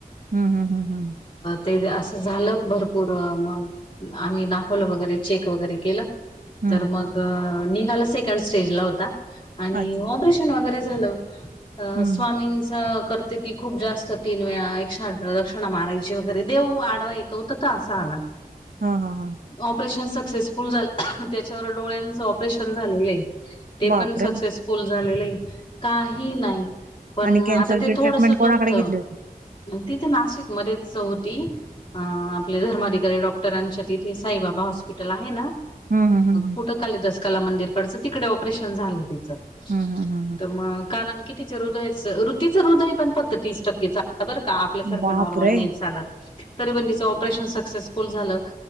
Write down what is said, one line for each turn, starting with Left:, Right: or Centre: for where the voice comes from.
Right: हम हं हं हं.
Left: ते असं झालं भरपूर मग आम्ही दा. खलं वगैरे चेक वगैरे केलं
Right: हं.
Left: तर मग निघालं सेकंड स्टेजला होता. आणि
Right: अच्छा.
Left: ऑपरेशन वगैरे झालं
Right: हं.
Left: स्वामींच कर. ति ती खूप जास्त तीन वेळा एक दक्षिणा मारायची वगैरे देव आडवा येतो होत तर असा आला.
Right: हा हा हा.
Left: ऑपरेशन सक्सेसफुल झा त्याच्यावर डोळ्यांच ऑपरेशन झालेलं. ते पण
Right: बापरे!
Left: सक्सेसफुल झालेले आहे काही नाही. पण
Right: आणि कॅन्सरची
Left: आता ते थोडस
Right: ट्रीटमेंट कोणाकडे
Left: दुखत.
Right: घेतली होती?
Left: तिथे नाशिक मध्येच होती अ आपले धर्माधिकारी डॉक्टरांच्या तिथे. साईबाबा हॉस्पिटल आहे
Right: हं, हं, हं, हं.
Left: कु. कालीदास कला मंदिरकडचं तिकडे ऑपरेशन झालं तिचं.
Right: हम हम हम.
Left: तर मग कारण कि तिच्या हृदयाच ऋतूच हृदय पण फक्त तीस टक्केचा. र का आपल्यासारखं
Right: बापरे!
Left: नॉर्मल नाही चालत तरी पण तिचं ऑपरेशन सक्सेसफुल झालं.